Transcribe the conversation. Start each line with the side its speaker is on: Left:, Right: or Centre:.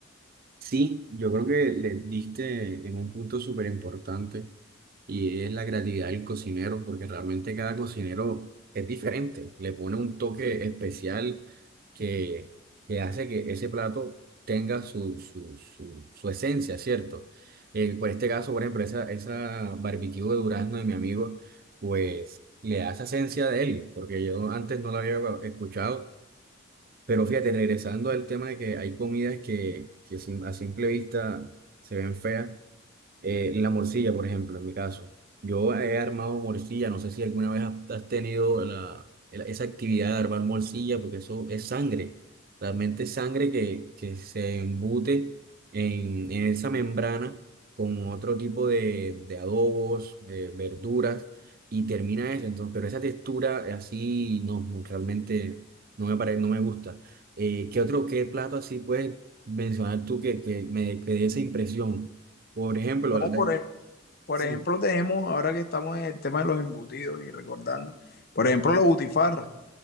Right: Sí, yo creo que le diste en un punto súper importante y es la creatividad del cocinero, porque realmente cada cocinero es diferente, le pone un toque especial que, que hace que ese plato tenga su, su, su, su esencia, ¿cierto? Eh, por este caso, por ejemplo, esa, esa barbecue de durazno de mi amigo, pues le da esa esencia de él, porque yo antes no lo había escuchado. Pero fíjate, regresando al tema de que hay comidas que, que sim- a simple vista se ven feas, eh, la morcilla, por ejemplo, en mi caso. Yo he armado morcilla, no sé si alguna vez has has tenido la, el- esa actividad de armar morcilla, porque eso es sangre, realmente es sangre que, que se embute en, en esa membrana con otro tipo de, de adobos, eh, verduras, y termina eso. Entonces, pero esa textura así no, no, realmente no me pare- no me gusta. Eh, ¿qué otro, qué plato así puedes mencionar tú que, que me que dé esa impresión? Por ejemplo,
Left: No
Right: la-
Left: por, el, Por
Right: sí,
Left: ejemplo, tenemos, ahora que estamos en el tema de los embutidos y recordando, por ejemplo, la butifarra,